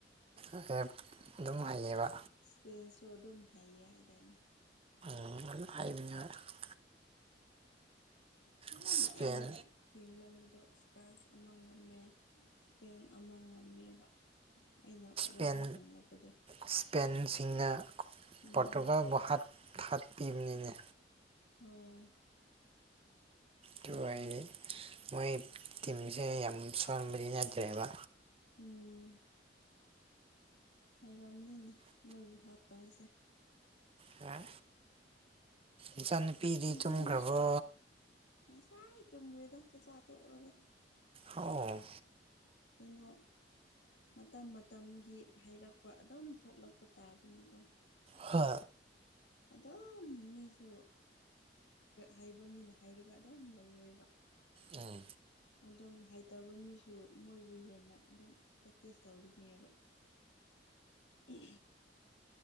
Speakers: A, on the right; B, on the left.
A: ꯑꯦꯞ ꯑꯗꯨꯝ ꯍꯩꯌꯦꯕ
B: ꯁꯄꯦꯟꯁꯨ ꯑꯗꯨꯝ ꯍꯩꯌꯦ ꯍꯥꯏꯗꯥꯏꯅꯦ
A: <unintelligible>
B: ꯅꯍꯥꯟꯅ
A: ꯏꯁꯄꯦꯟ
B: ꯑꯩꯅ ꯌꯦꯡꯂꯝꯕꯗꯣ ꯏꯁꯄ꯭ꯔꯥꯏꯁ ꯑꯃ ꯉꯝꯃꯦ ꯄꯦꯟ ꯑꯃ ꯉꯝꯃꯦꯕ ꯑꯩꯅ ꯋꯥꯔꯜ
A: ꯄꯦꯟ
B: ꯀꯞ ꯌꯦꯡꯂꯛꯄꯗꯣ
A: ꯏꯁꯄꯦꯟꯁꯤꯡꯅ
B: ꯎꯝ
A: ꯄꯣꯔꯇꯨꯒꯜꯕꯨ ꯍꯥꯠ ꯊꯥꯒꯠꯄꯤꯕꯅꯤꯅꯦ
B: ꯍꯣꯏ
A: ꯑꯗꯨ ꯑꯣꯏꯗꯤ ꯃꯣꯏ ꯇꯤꯝꯁꯦ ꯌꯥꯝ ꯁꯣꯟꯕꯗꯤ ꯅꯠꯇ꯭ꯔꯦꯕ
B: ꯎꯝ ꯍꯥꯏꯔꯝꯅꯤꯅꯦ ꯃꯣꯏꯕꯨ ꯍꯥꯠꯄ ꯍꯥꯏꯁꯦ
A: ꯍꯥ ꯏꯆꯥꯅꯨꯄꯤꯗꯤ
B: ꯑꯗꯨꯅꯦ
A: ꯇꯨꯝꯈ꯭ꯔꯕꯣ
B: ꯉꯁꯥꯏ ꯇꯨꯝꯈꯔꯗ ꯆꯥꯛ ꯆꯥꯇꯣꯛꯑꯒ
A: ꯑꯣꯎ
B: ꯀꯩꯅꯣ ꯃꯇꯝ ꯃꯇꯝꯒꯤ ꯍꯩꯔꯛꯄ ꯑꯗꯨꯝ ꯊꯣꯛꯂꯛꯄ ꯇꯥꯕꯅꯤꯀꯣ
A: ꯍ
B: ꯑꯗꯨꯝ ꯃꯤꯁꯨ ꯍꯩꯕ ꯃꯤꯅ ꯍꯥꯏꯔꯒ ꯑꯗꯨꯝ ꯂꯩꯔꯣꯏꯕ
A: ꯎꯝ
B: ꯑꯗꯨꯝ ꯍꯩꯇꯕ ꯃꯤꯁꯨ ꯃꯣꯏꯕꯨ ꯍꯦꯟꯅ ꯑꯗꯨꯝ ꯄ꯭ꯔꯦꯛꯇꯤꯁ ꯇꯧꯔꯤꯅꯦꯕ ꯎ